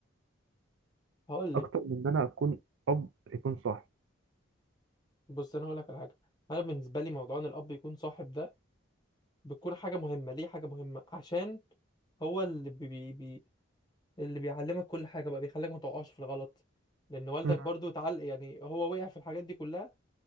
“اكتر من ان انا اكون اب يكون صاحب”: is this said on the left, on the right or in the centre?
Right